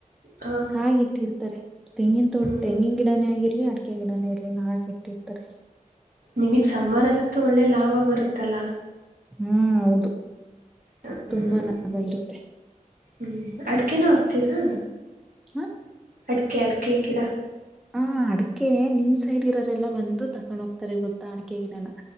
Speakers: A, on the right; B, in the centre.
A: ಹಾಂ
B: ಹಾಗೆಟ್ಟಿರ್ತಾರೆ ತೆಂಗಿನ ತೋಟ
A: ಹ್ಞೂ
B: ತೆಂಗಿನ ಗಿಡನೇ ಆಗಿ <unintelligible> ಇಲ್ಲಿ ಅಡಿಕೆ ಗಿಡನ ಇರ್ಲಿಲ್ಲ ಹಾಗೆ ಇಟ್ಟಿರ್ತಾರೆ
A: ನಿಮಗ್ ಸಮ್ಮರ್ ಅಲ್ಲಂತೂ ಒಳ್ಳೆ ಲಾಭ ಬರುತ್ತಲ್ಲ
B: ಹ್ಮ ಹೌದು
A: ಹ ಹ್ಮ್
B: ತುಂಬಾ ಲಾಭ ಇರುತ್ತೆ
A: ಹ್ಮ್ ಅಡ್ಕೆನು ಆಗ್ತೀರಾ
B: ಹ
A: ಅಡಕೆ ಅಡಕೆ ಗಿಡ
B: ಹಾ ಅಡ್ಕೆ ನಿನ್ ಸೈಡ್ ಇರೋರೆಲ್ಲ ಬಂದು ತಕೊಂಡ್ ಹೋಗ್ತಾರೆ ಗೊತ್ತಾ ಅಡ್ಕೆಗಿಡನ